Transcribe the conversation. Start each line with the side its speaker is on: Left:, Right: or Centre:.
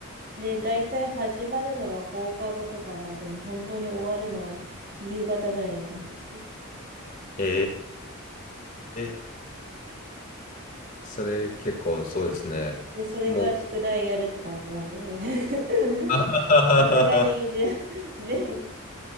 Right: で、大体始まるのが放課後とかなんで、もう本当に終わるの夕方ぐらいなんですよ。
Left: ええ、それ結構そうですね。
Right: で、それから宿題やるって感じなんで、
Left: もう
Right: <laughs>
Left: <laughs>
Right: さすがに全全部、